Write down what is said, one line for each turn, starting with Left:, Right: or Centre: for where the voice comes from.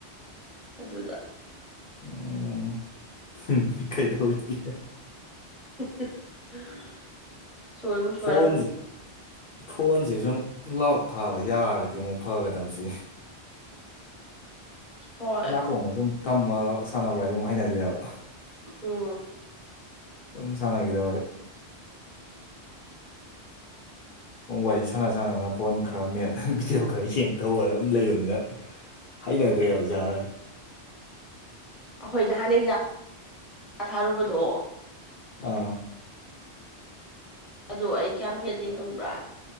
Centre: ꯑꯗꯨꯗ
Left: ꯑꯣ ꯎꯝ ꯀꯩꯗꯧꯔꯤꯒꯦ
Centre: <unintelligible> ꯁꯣꯏꯕꯨ ꯁꯣꯏꯔꯝꯅꯤ
Left: ꯐꯣꯟꯁꯦ ꯐꯣꯟꯁꯦ ꯁꯨꯝ ꯂꯥꯎꯠ ꯊꯥꯕ ꯌꯥꯔꯒꯗꯤ ꯑꯃꯨꯛ ꯐꯒꯗꯕ ꯁꯤ
Centre: ꯍꯣꯏ
Left: ꯈꯣꯡꯅ ꯁꯨꯝ ꯊꯝꯃ ꯁꯥꯟꯅꯕ꯭ꯔꯥ ꯑꯗꯨꯝ ꯍꯩꯅꯗꯦꯕ
Centre: ꯎꯝ
Left: ꯑꯗꯨꯝ ꯁꯥꯟꯅꯗꯕꯩ ꯋꯥꯔꯤ ꯁꯥꯟꯅ ꯁꯥꯟꯅꯅ ꯐꯣꯟ ꯈꯔ ꯃꯦꯠ ꯚꯤꯗꯤꯑꯣ ꯈꯔ ꯌꯦꯡ ꯇꯧꯔꯒ ꯑꯗꯨꯝ ꯂꯩꯕꯅꯤꯅ ꯍꯩꯅꯗ꯭ꯔꯦ
Centre: ꯎꯝ
Left: ꯑꯤꯁꯥꯗ
Centre: ꯑꯩꯈꯣꯏ ꯅꯍꯥꯟ ꯑꯦꯛꯖꯥꯝ ꯊꯥꯔꯨꯕꯗꯣ
Left: ꯑꯥ
Centre: ꯑꯗꯣ ꯑꯩ ꯀꯌꯥꯝ ꯍꯩꯅꯗꯦ ꯈꯪꯕ꯭ꯔꯥ